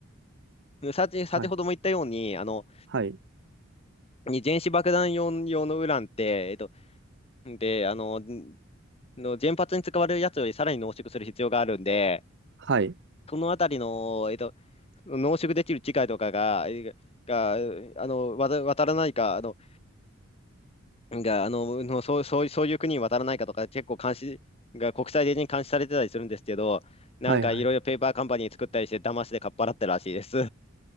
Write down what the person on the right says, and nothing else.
はい、
はい、
はい、
はい、はい。